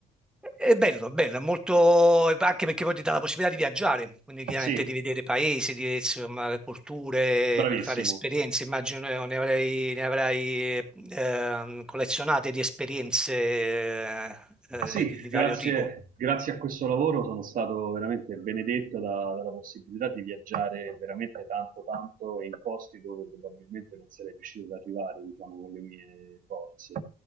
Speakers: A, in the centre; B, on the right.
A: È bello, è bello, è molto, anche perché poi ti dà la possibilità di viaggiare, quindi chiaramente
B: Sì,
A: di vedere paesi, di, insomma, culture,
B: bravissimo.
A: quindi fare esperienze, immagino ne ne avrai, ne avrai ehm, collezionate di esperienze eh, eh,
B: Sì,
A: di di
B: grazie,
A: vario tipo.
B: grazie a questo lavoro sono stato veramente benedetto da- dalla possibilità di viaggiare veramente tanto, tanto e in posti dove probabilmente non sarei riuscito ad arrivare, diciamo, con le mie forze.